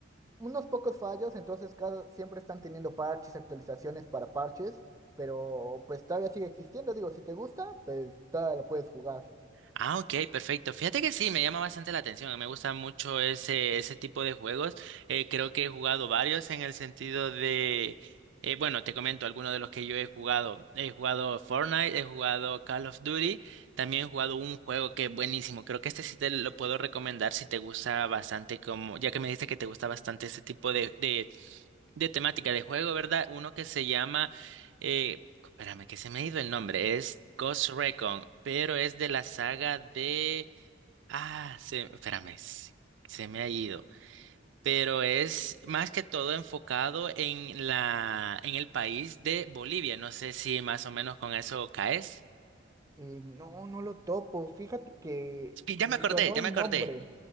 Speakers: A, on the right; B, on the right.
A: unos pocos fallos, entonces cada, siempre están teniendo parches, actualizaciones para parches, pero pues todavía sigue existiendo, digo, si te gusta, pues todavía lo puedes jugar.
B: Ah, ok, perfecto. Fíjate que sí, me llama bastante la atención. Me gusta mucho ese, ese tipo de juegos. Eh, creo que he jugado varios en el sentido de, eh, bueno, te comento algunos de los que yo he jugado. He jugado Fortnite, he jugado Call of Duty, también he jugado un juego que es buenísimo. Creo que este sí te lo puedo recomendar si te gusta bastante como, ya que me dijiste que te gusta bastante ese tipo de, de de temática de juego, ¿verdad? Uno que se llama, eh, espérame, que se me ha ido el nombre, es Ghost Recon, pero es de la saga de, ah, se, espérame, se se me ha ido, pero es más que todo enfocado en la, en el país de Bolivia, no sé si más o menos con eso caes.
A: Eh, no, no lo topo, fíjate que
B: Sí, Ya
A: me
B: me acordé,
A: sonó
B: ya
A: el
B: me acordé,
A: nombre.